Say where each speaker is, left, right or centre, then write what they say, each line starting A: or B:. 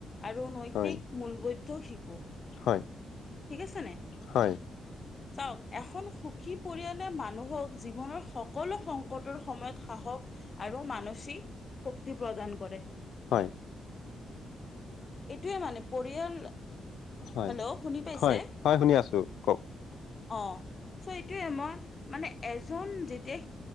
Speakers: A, on the left; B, on the left.
A: আৰু নৈতিক
B: হয়
A: মূলবৈধ শিকো।
B: হয়।
A: ঠিকে আছেনে নাই?
B: হয়।
A: চাওক, এখন সুখী পৰিয়ালে, মানুহৰ জীৱনৰ সকলো সংকটৰ সময়ত সাহস আৰু মানসিক শক্তি প্ৰদান কৰে।
B: হয়
A: এইটোৱে মানে, পৰিয়াল
B: হয়,
A: হেল্ল' শুনি পাইছে?
B: হয়, হয় শুনি আছো, কওক।
A: অ'। চ এইটোৱে, মই, মানে, এজন যেতিয়া